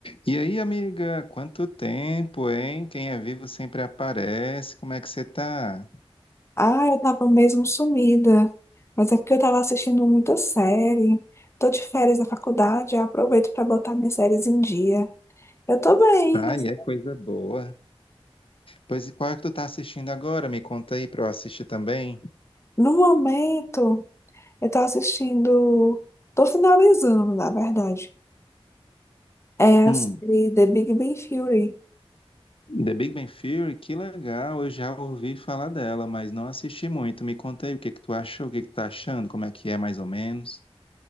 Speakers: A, on the left; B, on the left.
A: E aí, amiga, quanto tempo, hein? Quem é vivo sempre aparece. Como é que você tá?
B: Ah, eu tava mesmo sumida. Mas é porque eu tava assistindo muita série. Tô de férias da faculdade, eu aproveito para botar minhas séries em dia. Eu tô bem,
A: Ai,
B: mas
A: é coisa boa. Pois e qual é que tu tá assistindo agora? Me conta aí pra eu assistir também.
B: no momento eu tô assistindo. Tô finalizando, na verdade. É
A: Hum,
B: a série The Big Bang Theory.
A: The Big Bang Theory, que legal. Eu já ouvi falar dela, mas não assisti muito. Me conta aí o que que tu achou, o que que tu tá achando, como é que é mais ou menos.